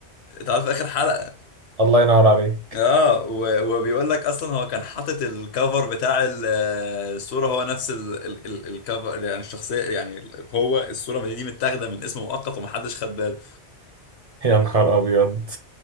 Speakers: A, on the left (about 70°); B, on the right (about 40°).
A: تعرف اخر حلقه
B: الله ينور عليك
A: اه و- وبيقول لك اصلا هو كان حاطط الكفر بتاع ال- آه، الصوره هو نفس ال- ال- ال- الكفر يعني الشخصيه يعني ال- هو الصوره دي متاخده من اسم مؤقت ومحدش خد باله
B: يا نهار ابيض